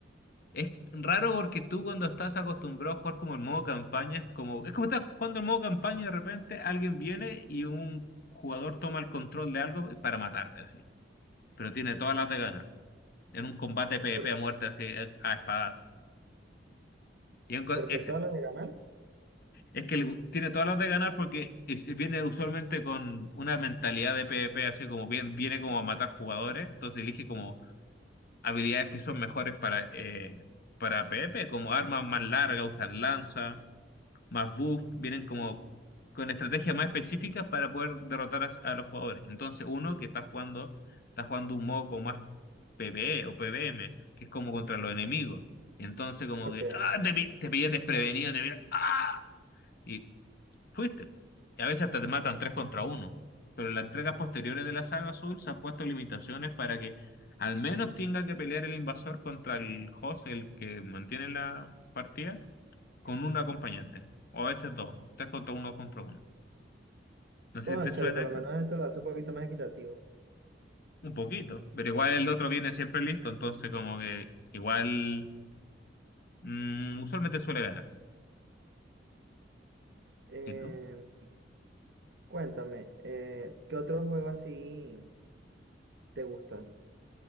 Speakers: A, on the left (about 55°); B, on the right (about 65°).
A: Es raro porque tú cuando estás acostumbrado a jugar como en modo campaña, es como, es como estás jugando en modo campaña y de repente alguien viene y un jugador toma el control de algo para matarte así. Pero tiene todas las de ganas. En un combate PvP
B: ¿Por,
A: a muerte así a a espadazo. Y en co-
B: por
A: es,
B: qué todas las de ganar?
A: es que le- tiene todas las de ganar porque es- viene usualmente con una mentalidad de PvP así como bien, viene como a matar jugadores, entonces elige como habilidades que son mejores para, eh, para PvP, como armas más largas, usan lanza más buff, vienen como con estrategias más específicas para poder derrotar a, a los jugadores. Entonces, uno que está jugando, está jugando un modo como más PvE o PvM, que es como contra los enemigos. Entonces, como
B: Ok.
A: que, ah, te, pi- te pillé desprevenido, te pillé, ah, y fuiste. Y a veces hasta te matan tres contra uno. Pero en las entregas posteriores de la saga Azul se han puesto limitaciones para que al menos tenga que pelear el invasor contra el host, el que mantiene la partida con un acompañante, o a veces dos, tres contra uno contra uno. No
B: Bueno,
A: sé si te suena
B: chale, por
A: esto,
B: lo menos eso lo hace un poquito más equitativo.
A: un poquito, pero igual el otro viene siempre listo, entonces como que igual mm, usualmente suele ganar.
B: Eh,
A: ¿Y tú?
B: cuéntame, eh, ¿qué otro juego así? ¿Te gusta?